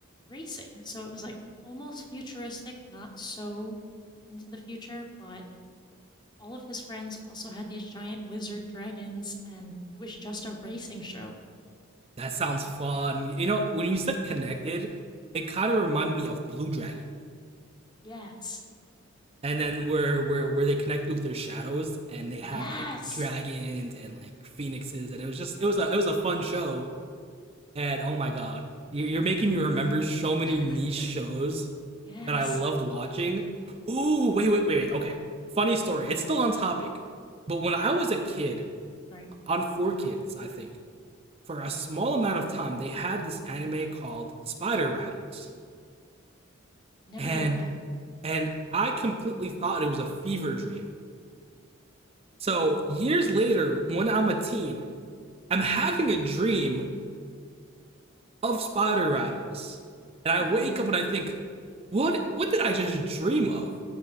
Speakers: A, on the left (about 20°); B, on the right (about 30°).
A: racing. So it was like almost futuristic, not so into the future, but all of his friends also had these giant lizard dragons and it was just a racing show.
B: That sounds fun. You know, when you said connected, it kind of reminded me of Blue Dragon.
A: Yes.
B: And then where where where they connect with their shadows and they have
A: Yes.
B: like dragons and like phoenixes and it was just it was a it was a fun show and oh my god, you- are making me remember so many
A: <laughs>
B: niche shows
A: yes.
B: that I loved watching. Ooh, wait, wait, wait, wait. Okay, funny story.
A: Okay.
B: It's still on topic, but when I was a kid
A: All Right.
B: on Four Kids, I think for a small amount of time they had this anime called Spider Riders,
A: Never
B: and
A: heard of that.
B: and I completely thought it was a fever dream. So years later, when I'm a teen, I'm having a dream of Spider Riders. And I
A: <laughs>
B: wake
A: okay.
B: up and I think, what what did I just dream of?